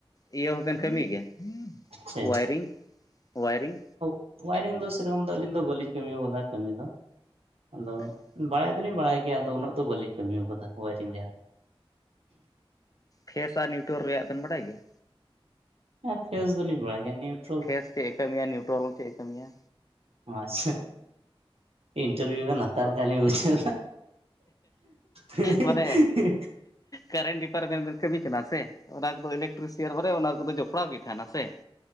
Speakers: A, on the left (about 35°); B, on the right (about 80°).
A: ᱤᱭᱟᱹ ᱦᱚᱸᱵᱮᱱ ᱠᱟᱹᱢᱤᱤᱭ ᱜᱮᱭᱟ
B: ᱥᱮ
A: ᱳᱣᱟᱭᱨᱤᱝ ᱳᱣᱟᱭᱨᱤᱝ?
B: ᱳᱭᱟᱨᱤᱝ ᱫᱚ ᱥᱮᱨᱚᱠᱚᱢ ᱫᱚ ᱟᱹᱞᱤᱧ ᱫᱚ ᱵᱟᱹᱞᱤᱧ ᱠᱟᱹᱢᱤ ᱟᱠᱟᱫᱟ ᱠᱟᱹᱢᱤ ᱫᱚ ᱟᱫᱚ
A: ᱟᱪᱪᱷᱟ
B: ᱵᱟᱲᱟᱭ ᱫᱚᱞᱤᱧ ᱵᱟᱲᱟᱭ ᱜᱮᱭᱟ ᱟᱫᱚ ᱩᱱᱟᱹᱜ ᱫᱚ ᱵᱟᱹᱞᱤᱧ ᱠᱟᱹᱢᱤ ᱠᱟᱫᱟ ᱳᱭᱟᱨᱤᱝ ᱨᱮᱭᱟᱜ ᱫᱚ
A: ᱯᱷᱮᱥ ᱟᱨ ᱱᱤᱭᱩᱴᱚᱨ ᱨᱮᱭᱟᱜ ᱵᱮᱱ ᱵᱟᱰᱟᱭ ᱜᱮᱭᱟ?
B: ᱦᱮ ᱯᱷᱮᱥ ᱫᱚᱞᱤᱧ ᱵᱟᱰᱟᱭ ᱜᱮᱭᱟ ᱱᱤᱭᱩᱴ
A: ᱯᱷᱮᱥ ᱪᱮᱫ ᱮ ᱠᱟᱹᱢᱤᱭᱟ ᱱᱤᱭᱩᱴᱨᱳᱞ ᱪᱮᱫ ᱮ ᱠᱟᱹᱢᱤᱭᱟ?
B: ᱚ ᱟᱪᱪᱷᱟ ᱤᱱᱴᱟᱨᱵᱷᱤᱭᱩ ᱵᱮᱱ ᱦᱟᱛᱟᱣ ᱞᱮᱠᱷᱟ ᱞᱤᱧ ᱵᱩᱡᱷᱟᱹᱣ ᱫᱟ᱾ ᱦᱮᱸ
A: ᱢᱟᱱᱮ ᱠᱟᱨᱮᱱᱴ ᱰᱤᱯᱟᱨᱴᱢᱮᱱᱴ ᱨᱮᱱ ᱠᱟᱹᱢᱤ ᱠᱟᱱᱟ ᱥᱮ ᱚᱱᱟ ᱠᱚᱫᱚ ᱤᱞᱮᱠᱴᱨᱤᱥᱤᱭᱟᱨ ᱵᱟᱱᱮ ᱚᱱᱟ ᱠᱚᱫᱚ ᱡᱚᱼᱼ ᱯᱲᱟᱣ ᱜᱮ ᱛᱟᱦᱮᱱᱟ ᱥᱮ